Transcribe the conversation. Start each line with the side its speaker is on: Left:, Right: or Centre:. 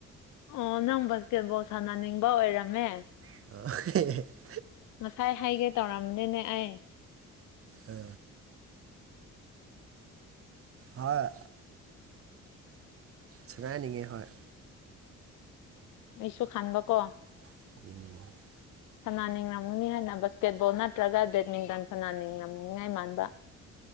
Left: ꯑꯣ ꯅꯪ ꯕꯥꯁꯀꯦꯠꯕꯣꯜ ꯁꯥꯟꯅꯅꯤꯡꯕ ꯑꯣꯏꯔꯝꯃꯦ
Right: ꯐꯥꯏꯚ
Left: ꯉꯁꯥꯏ ꯍꯥꯏꯒꯦ ꯇꯧꯔꯝꯅꯤꯅꯦ ꯑꯩ
Right: ꯎꯝ ꯍꯣꯏ ꯁꯅꯥꯅꯤꯡꯏꯅꯤꯡꯉꯦ ꯍꯣꯏ
Left: ꯑꯩꯁꯨ ꯈꯥꯟꯕ ꯀꯣ
Right: ꯎꯝ
Left: ꯁꯅꯥꯅꯤꯡꯉꯝꯒꯅꯤ ꯍꯥꯏꯅ ꯕꯁꯀꯦꯠꯕꯣꯜ ꯅꯠꯇ꯭ꯔꯒ ꯕꯦꯗꯃꯤꯟꯇꯟ ꯁꯅꯥꯅꯤꯡꯉꯝꯅꯤꯉꯥꯏ ꯃꯥꯟꯕ